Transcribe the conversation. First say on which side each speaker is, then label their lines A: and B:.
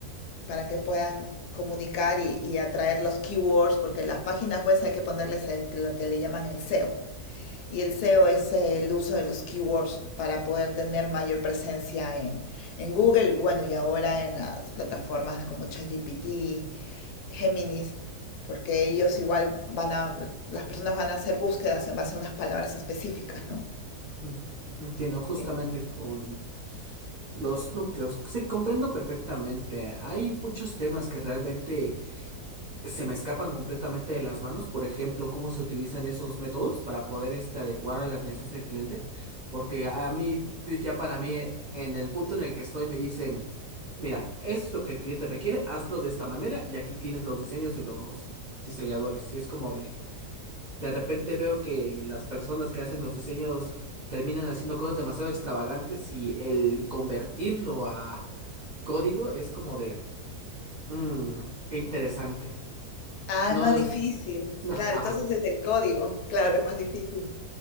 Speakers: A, on the left; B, on the right.
A: para que puedan comunicar y, y atraer los keywords, porque en las páginas web hay que ponerles el- lo que le llaman el SEO. Y el SEO es el uso de los keywords para poder tener mayor presencia en, en Google y bueno, y ahora en las plataformas como ChatGPT, Géminis, porque ellos igual van a, las personas van a hacer búsquedas en base a unas palabras específicas, ¿no?
B: Mm, Entiendo, justamente
A: Sí.
B: con los núcleos. Sí, comprendo perfectamente. Hay muchos temas que realmente se me escapan completamente de las manos, por ejemplo, cómo se utilizan esos métodos para poder este, adecuar a las necesidades del cliente, porque a mí, yo ya para mí, eh, en el punto en el que estoy, me dicen, mira, esto es lo que el cliente requiere, hazlo de esta manera y aquí tienes los diseños de los diseñadores. Y es como de, de repente veo que las personas que hacen los diseños terminan haciendo cosas demasiado extravagantes y el convertirlo a código es como de, "Mm, qué interesante.
A: Ah,
B: No,
A: es más difícil.
B: <laughs>
A: Claro,
B: Ajá,
A: entonces es el código. Claro, es más difícil.